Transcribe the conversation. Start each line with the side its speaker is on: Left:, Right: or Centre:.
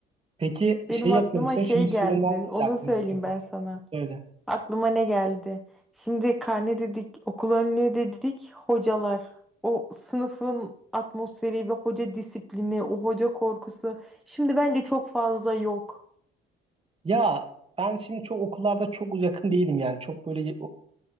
Right: Peki
Centre: Benim
Right: şey yapıyor
Centre: aklıma
Right: musun?
Centre: şey
Right: Şimdi
Centre: geldi.
Right: şirinler deyince
Centre: Onu
Right: aklıma
Centre: söyleyeyim
Right: getirdim.
Centre: ben sana.
Right: Söyle.
Centre: Aklıma ne geldi? Şimdi karne dedik, okul önlüğü dedik, hocalar. O sınıfın atmosferi ve hoca disiplini, o hoca korkusu. Şimdi bence çok fazla yok.
Right: Ya ben şimdi çok okullarda çok yakın değilim yani çok böyle e,